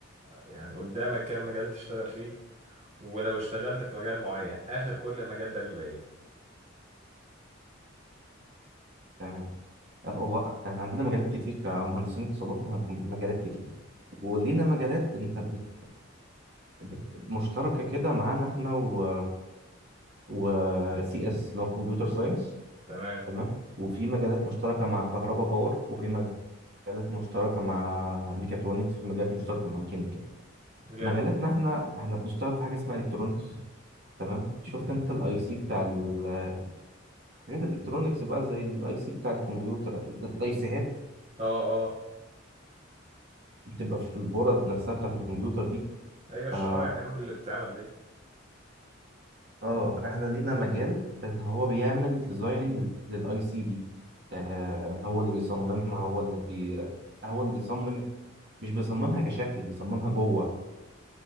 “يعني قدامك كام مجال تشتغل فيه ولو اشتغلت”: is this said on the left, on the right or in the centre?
Right